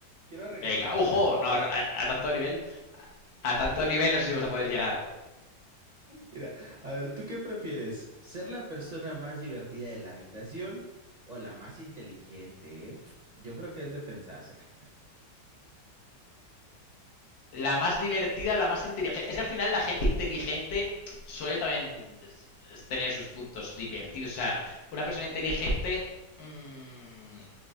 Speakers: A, on the right (about 45°); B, on the left (about 90°).
A: Quiero regresártela
B: Venga, ujo,
A: porque,
B: no, no, a, a tanto nivel, a tanto nivel no sé si vas a poder llegar.
A: mira, a ver, ¿tú qué prefieres? ¿Ser la persona más divertida de la habitación o la más inteligente, eh? Yo creo que es de pensársela.
B: la más divertida, la más inteligente. Es que al final la gente inteligente suele también tener sus puntos divertidos. O sea, una persona inteligente mmm,